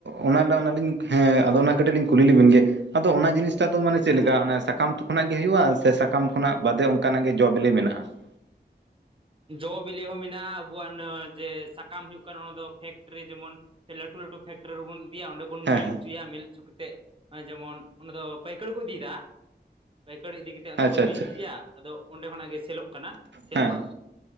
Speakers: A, on the right; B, on the right.
A: ᱚᱱᱟ ᱚᱱᱟᱞᱤᱧ ᱦᱮᱸ ᱟᱫᱚ ᱚᱱᱟ ᱠᱟᱹᱴᱤᱡ ᱞᱤᱧ ᱠᱩᱞᱤ ᱞᱮᱵᱮᱱ ᱜᱮ ᱟᱫᱚ ᱚᱱᱟ ᱡᱤᱱᱤᱥ <inaudible> ᱫᱚ ᱢᱟᱱᱮ ᱪᱮᱫ ᱞᱮᱠᱟ
B: ᱦᱮᱸ
A: ᱚᱱᱟ ᱥᱟᱠᱟᱢ ᱠᱷᱚᱱᱟᱜ ᱜᱮ ᱦᱩᱭᱩᱜᱼᱟ ᱥᱮ ᱥᱟᱠᱟᱢ ᱠᱷᱚᱱᱟᱜ ᱵᱟᱫᱮ ᱚᱱᱠᱟᱱᱟᱜ ᱜᱮ ᱡᱚ ᱵᱤᱞᱤ ᱢᱮᱱᱟᱜ-ᱟ᱾ ᱢᱮᱱᱟᱜᱼᱟ ᱾
B: ᱡᱚ ᱵᱤᱞᱤ ᱦᱚᱸ ᱢᱮᱱᱟᱜᱼᱟ ᱟᱵᱚᱣᱟᱜ ᱱᱚᱣᱟ ᱡᱮ ᱥᱟᱠᱟᱢ ᱦᱩᱭᱩᱜ ᱠᱟᱱᱟ ᱚᱱᱟ ᱫᱚ ᱯᱷᱮᱠᱴᱨᱤ ᱡᱮᱢᱚᱱ ᱥᱮ ᱞᱟᱹᱴᱩ ᱞᱟᱹᱴᱩ ᱯᱷᱮᱠᱴᱨᱤ ᱨᱮᱵᱚᱱ ᱤᱫᱤᱭᱟ ᱚᱸᱰᱮ ᱵᱚᱱ
A: ᱦᱮᱸ
B: ᱢᱤᱞ
A: ᱦᱮᱸ
B: ᱦᱚᱪᱚᱭᱟ ᱢᱤᱞ ᱦᱚᱪᱚ ᱠᱟᱛᱮᱫ ᱡᱮᱢᱚᱱ ᱚᱱᱟ ᱫᱚ ᱯᱟᱹᱭᱠᱟᱹᱨ ᱠᱚ ᱤᱫᱤᱭᱫᱟ ᱾ ᱯᱟᱹᱭᱠᱟᱹᱨ ᱤᱫᱤ ᱠᱟᱛᱮ ᱚᱱᱟ
A: ᱟᱪᱪᱷᱟ
B: ᱠᱚ ᱢᱤᱞ
A: ᱟᱪᱪᱷᱟ
B: ᱦᱚᱪᱚᱭᱟ ᱟᱫᱚ ᱚᱸᱰᱮ ᱠᱷᱚᱱᱟᱜ ᱜᱮ ᱥᱮᱞᱚᱜ ᱠᱟᱱᱟ ᱥᱮᱞ
A: ᱦᱮᱸ
B: ᱵᱟᱲᱟ